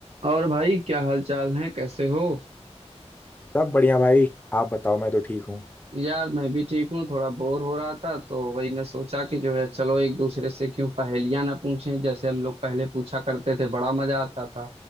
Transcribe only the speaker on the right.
और भाई क्या हाल चाल है कैसे हो
यार मैं भी ठीक हूँ थोड़ा बोर हो रहा था तो वही मैं सोचा कि जो है चलो एक दूसरे से क्यों पहेलियां ना पूछें जैसे हम लोग पहले पूछा करते थे बड़ा मजा आता था